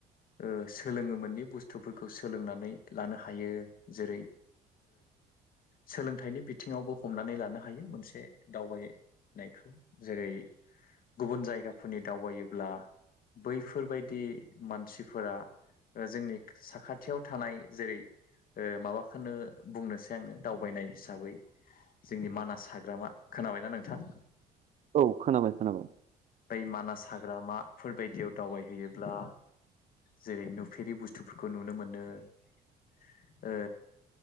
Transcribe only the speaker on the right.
औ खोनाबाय खोनाबाय।